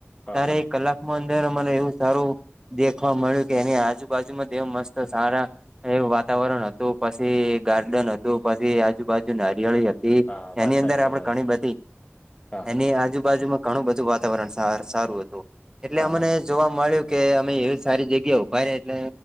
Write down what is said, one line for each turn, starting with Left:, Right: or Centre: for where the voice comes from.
Right: તારે
Left: હા
Right: કલાકમાં અંદર મને એવું સારું દેખવા મળ્યું કે એની આજુબાજુમાં એમ મસ્ત સારા એવું વાતાવરણ હતું, પછી ગાર્ડન હતું, પછી આજુબાજુની હરિયાળી હતી.
Left: હા વાત
Right: એની અંદર
Left: સાચી
Right: આપડે
Left: તમારી
Right: ઘણી બધી,
Left: હા
Right: એની આજુબાજુમાં ઘણું બધું વાત વાતાવરણ સાર સારું હતું. એટલે
Left: હા
Right: અમને
Left: હા
Right: જ જોવા મળ્યું કે અમે એવી સારી જગ્યા ઉભા રહ્યા એટલે